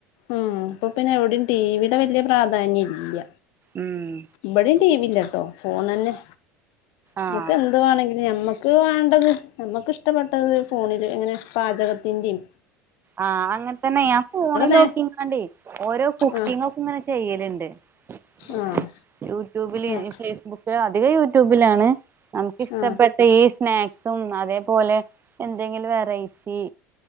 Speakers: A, on the left; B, on the right.
A: ഉം അപ്പൊ പിന്നെ എവിടയും ടിവീടെ വല്യ പ്രാധാന്യം ഇല്ല
B: ഉം
A: ബ്ടെ ടീവില്ലട്ടോ ഫോൺന്നെ
B: ആഹ്
A: നമുക്ക് എന്ത്‌ വേണെങ്കിലും ഞമ്മക്ക് വേണ്ടത് നമ്മക്ക് ഇഷ്ടപ്പെട്ടത് ഫോണില് എങ്ങനെ പാചകത്തിന്റേം
B: ആഹ് അങ്ങനെ തന്നെ ഞാൻ ഫോണിൽ
A: നേ
B: നോക്കിങ്ങാണ്ടെ ഓരോ കുക്കിംഗ്
A: ആഹ്
B: ഒക്കെ ഇങ്ങനെ ചെയ്യലിണ്ട് അ
A: ആഹ്
B: യൂട്യൂബിൽ
A: ആഹ്
B: ഫേസബുക്കിൽ <unintelligible> യൂട്യൂബിലാണ് നമുക്കിഷ്ടപ്പെട്ട
A: ആഹ്
B: സ്നാക്സും അതേപോലെ എന്തെങ്കിലും വെറൈറ്റി